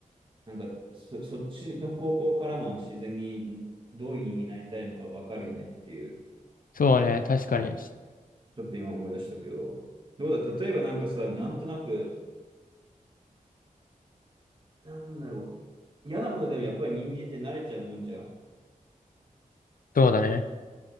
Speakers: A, on the right; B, on the left.
A: なんかそ、そっちの方向からも自然にどういう人になりたいのか分かるよねっていう、
B: そうね、確かに。
A: ちょっと今思い出したけど、どうだ、例えばなんかさ、なんとなくなんだろう。嫌なことでもやっぱり人間って慣れちゃうもんじゃん。
B: そうだね。